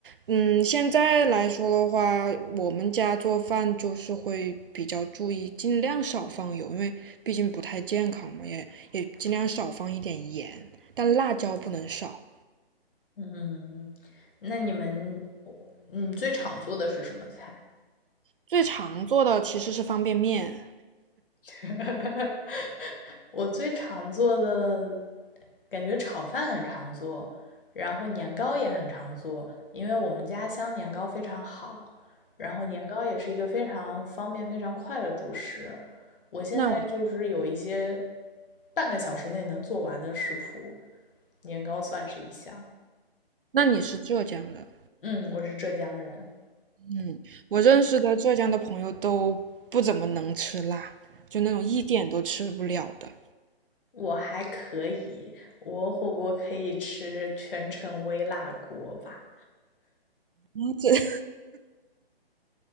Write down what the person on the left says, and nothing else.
嗯，那你们，你最常做的是什么菜？
<laughs> 我最常做的感觉炒饭很常做，然后年糕也很常做，因为我们家乡年糕非常好，然后年糕也是一个非常方便、非常快的主食。我现在就是有一些
半个小时内能做完的食谱，年糕算是一项。
嗯，我是浙江人，
我还可以，我火锅可以吃全程微辣锅吧，